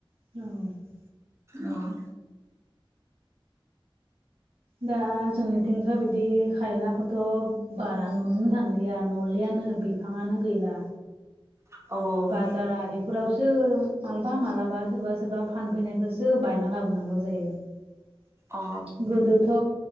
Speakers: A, on the right (about 85°); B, on the right (about 30°).
A: औ
B: औ
A: दा जोंनिथिंथ' बिदि खायलाखौथ' बारा नुनोनो थांलिया नुलियानो बे बिफांङानो गैला
B: औ
A: बाजार आरि न फोरावसो मालाबा मालाबा सोरबा सोरबा फानफैनायखौसो बायना लाबोनांगौ जायो
B: अ
A: गोदोथ'